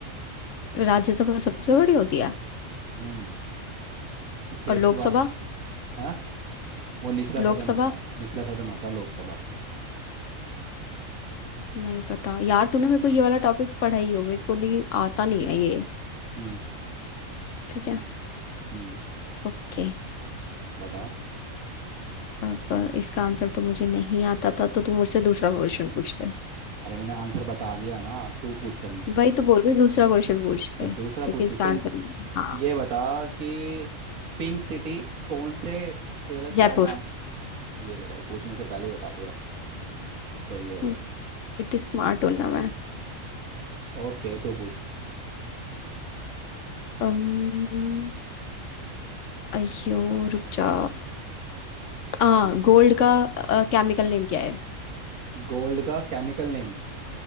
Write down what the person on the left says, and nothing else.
Rajya Sabha सबसे बड़ी होती है
और लोकसभा
लोकसभा
नहीं पता यार तूने मेरे को ये वाला टॉपिक पढ़ाई हो मेरे को नहीं आता नहीं है ये
ठीक है
ओके
अब इसका आंसर तो मुझे नहीं आता था तो तू मुझसे दूसरा क्वेश्चन पूछ ले
वही
तो बोल रही हूँ, दूसरा क्वेश्चन पूछ
ले
क्योंकि
इसका
आंसर ना हाँ
जयपुर
हम्म, इतनी स्मार्ट हूं ना मैं
अम्म, अयो रुक जा आ
गोल्ड का केमिकल नेम क्या है